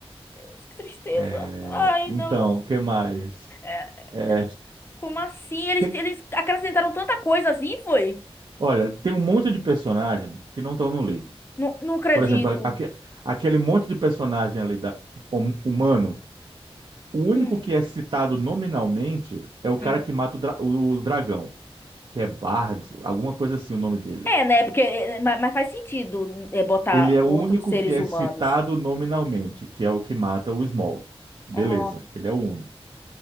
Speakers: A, on the left (about 20°); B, on the right (about 50°).
A: Meu Deus, que tristeza.
B: É,
A: Ai,
B: então,
A: não.
B: o que mais?
A: É,
B: É,
A: como assim? Eles,
B: tem-
A: eles acrescentaram tanta coisa assim, foi?
B: olha, tem um monte de personagem que não estão no livro.
A: Não, não acredito.
B: Por exemplo, a- aque- aquele monte de personagem ali da hum- humano, o único
A: Hum,
B: que é citado nominalmente é o cara
A: hum.
B: que mata o, dra- o dragão, que é Bard, alguma coisa assim o nome dele.
A: É, né? Porque, é, mas, mas faz sentido é, botar
B: Ele é o
A: outros
B: único
A: seres
B: que é
A: humanos.
B: citado nominalmente, que é o que mata o Small. Beleza,
A: Uhum.
B: ele é o único.